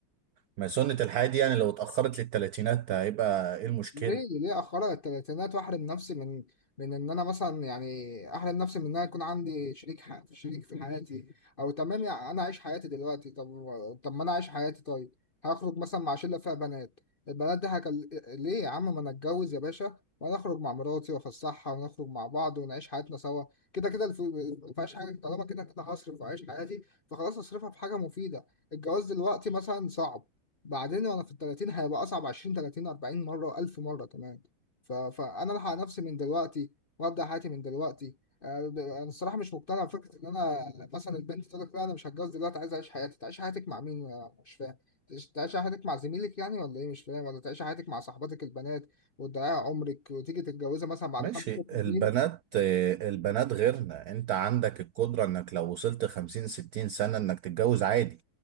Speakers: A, on the right; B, on the left.
A: ما سنة الحياة دي يعني لو اتأخرت للتلاتينات هيبقى ايه المشكلة؟
B: ليه ليه أخرها للتلاتينات وأحرم نفسي من من إن أنا مثلا يعني أحرم نفسي من إن أنا يكون عندي شريك ح... شريك في حياتي أو تمام يعني أنا عايش حياتي دلوقتي طب طب ما أنا عايش حياتي طيب هخرج مثلا مع شلة فيها بنات البنات دي هكل... ليه يا عم ما أنا أتجوز يا باشا وأنا أخرج مع مراتي وأفسحها ونخرج مع بعض ونعيش حياتنا سوا كده كده الف- ما فيهاش حاجة طالما كده كده هصرف وأعيش حياتي فخلاص أصرفها في حاجة مفيدة الجواز دلوقتي مثلا صعب بعدين وانا في ال 30 هيبقى اصعب 20 30 40 مره و1000 مره كمان ف... فانا الحق نفسي من دلوقتي وابدا حياتي من دلوقتي آه، ب- انا الصراحه مش مقتنع بفكره ان انا مثلا البنت تقول لك لا انا مش هتجوز دلوقتي عايز اعيش حياتي تعيش حياتك مع مين أنا مش فاهم تعيش تعيش حياتك مع زميلك يعني ولا ايه مش فاهم ولا تعيش حياتك مع صاحباتك البنات وتضيعي عمرك وتيجي تتجوزها مثلا بعد
A: ماشي
B: خمس ست
A: البنات
B: سنين
A: آه، البنات غيرنا انت عندك القدرة انك لو وصلت خمسين ستين سنة انك تتجوز عادي